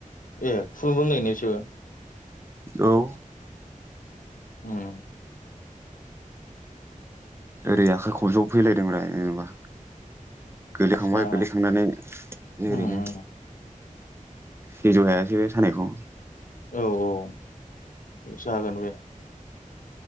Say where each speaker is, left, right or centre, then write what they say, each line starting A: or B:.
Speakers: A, on the left; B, on the right.
A: ए खुलुमनो रोंलायोना बिसोरबो,
B: औ
A: उम
B: ओरै आखाइ खबजबफैलायदोंब्रा जेनेबा, गोलैखांबाय
A: आदसा
B: गोलैखांनानै ओरैनो,
A: उम
B: सैजहायाबे सानायखौ
A: औ औ जागोन बे,